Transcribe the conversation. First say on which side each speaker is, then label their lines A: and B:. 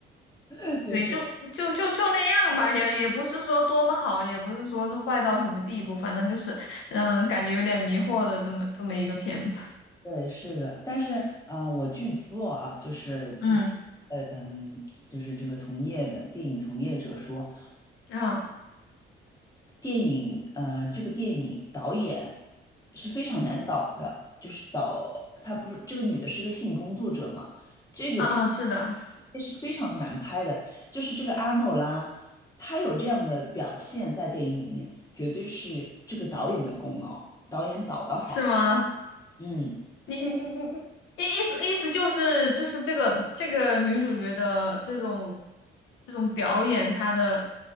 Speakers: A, on the left; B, on the left.
A: <laughs>
B: <laughs>
A: 就是
B: 对，就就就就那样吧，也也不是说多么好，也不是说是坏到什么地步，反正就是让人感觉有点迷惑的这么这么一个片子。
A: 对，是的。但是，呃，我据说啊，就是据其呃嗯，
B: 嗯
A: 就是这个从业的电影从业者说，
B: 啊。
A: 电影呃这个电影导演是非常难导的，就是导她不是这个女的是个性工作者嘛，这个片
B: 啊啊，是的，
A: 是非常难拍的。就是这个阿诺拉，她有这样的表现在电影里面，绝对是这个导演的功劳，导演导得好。
B: 是吗？
A: 嗯，
B: 你你你你意意思意思就是就是这个这个女主角的这种这种表演，她的